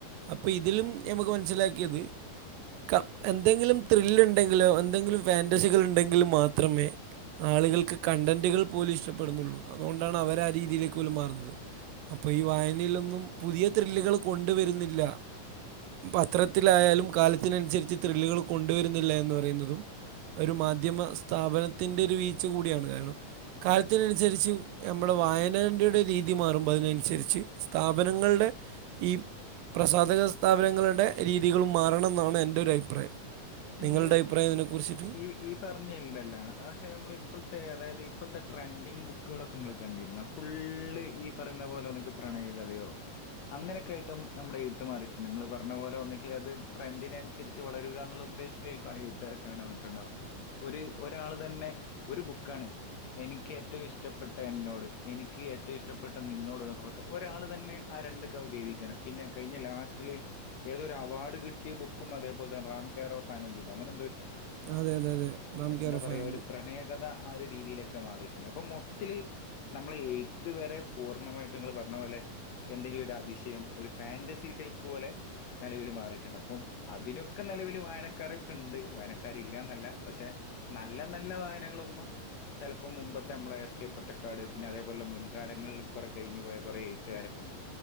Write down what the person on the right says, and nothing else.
അപ്പൊ ഇതിലും ഞമക്ക് മനസ്സിലാക്കിയത് കം എന്തെങ്കിലും ത്രില്ല് ണ്ടങ്കിലോ എന്തെങ്കിലും ഫാന്റസികള്ണ്ടെങ്കിൽ മാത്രമേ ആളുകൾക്ക് കണ്ടന്റുകൾ പോലും ഇഷ്ടപ്പെടുന്നുള്ളൂ അതുകൊണ്ടാണ് അവരാആ രീതിയിലേക്ക് പോലും മാറുന്നത് അപ്പൊ ഈ വായനയിലൊന്നും പുതിയ ത്രില്ലുകൾ കൊണ്ട് വരുന്നില്ല പത്രത്തിലായാലും കാലത്തിനനുസരിച്ച് ത്രില്ലുകൾ കൊണ്ടുവരുന്നില്ല എന്ന് പറയുന്നതും ഒരു മാധ്യമ സ്ഥാപനത്തിൻ ന്റെ ഒര് വീഴ്ച കൂടിയാണ് കാരണം കാലത്തിനനുസരിച്ച് നമ്മുടെ വായനന്റെ ടെ രീതി മാറും അതി അനുസരിച്ച് സ്ഥാപനങ്ങളുടെ ഈ പ്രസാധക സ്ഥാപനങ്ങളുടെ രീതികളും മാറണമെന്നാണ് എന്റെ ഒരു അഭിപ്രായം
നിങ്ങളുടെ
അഭിപ്രായം ഇതിനെക്കുറിച്ചിട്ട്
അതെ അതെ അതെ റാം കെയർ
ഓഫ്
ആനന്ദി